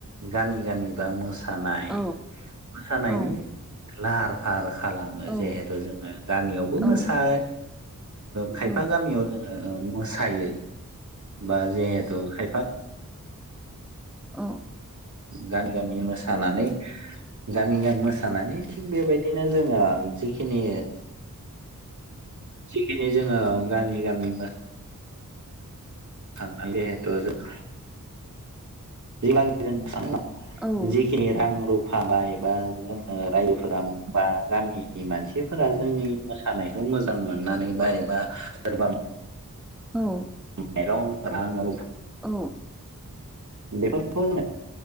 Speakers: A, on the right; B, in the centre.
A: गामि गामि बा मोसानाय
B: औ
A: मोसानायनि
B: औ
A: लाहार फाहार खालामो
B: औ
A: जिहेथु
B: औ
A: जोङो गामियावबो
B: औ
A: मोसा
B: औ औ
A: खायफा
B: औ
A: गामियाव जोङो मोसायो बा जिहेथु खायफा
B: अ
A: गामि गामि मोसानानै गामि गामि मोसानानै थिग बेबायदिनो जोङो जिखिनि जिखिनि जोङो गामि गामि थांनाय जेहेतु जोङो जेब्लागै जों सान
B: औ
A: जिखिनि रां रुफाबाय बा जोंनो रायजोफोरा बा गामिनि मानसिफोरा जोंनि मोसानायखौ मोजां मोननानै बा एबा सोरबा
B: औ
A: माइरं रां रुफा
B: औ
A: बेफोरखौनो